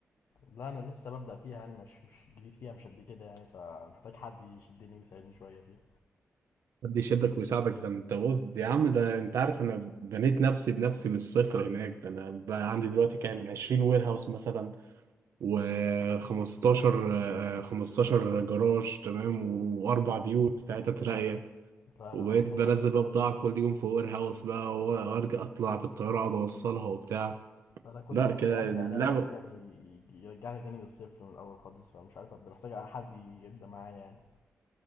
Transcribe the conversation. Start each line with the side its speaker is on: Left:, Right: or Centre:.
Left: لا أنا لسه ببدأ فيها يعني مش مش جديد فيها مش قد كده يعني فمحتاج حد يشدني ويساعدني شوية فيها
Right: حد يشدك ويساعدك ده انت بص يا عم ده انت عارف انا بنيت نفسي بنفسي من الصفر هناك ده انا بقى عندي دلوقتي كام 20 وير هاوس مثلا و15 15 جراج تمام واربع بيوت في حتت راقية
Left: لا
Right: وبقيت
Left: لا أنا محتاج
Right: بنزل
Left: حد يشدني
Right: بقى بضاعة
Left: أنا
Right: كل يوم في وير هاوس بقى وارجع اطلع بالطيارة اقعد اوصلها وبتاع
Left: أنا كل
Right: لا
Left: ما
Right: كده
Left: أجي أبدأ
Right: لا
Left: ألاقي واحد يعني ي- يرجعني تاني للصفر من الأول خالص فمش عارف أبدأ محتاج حد يبدأ معايا يعني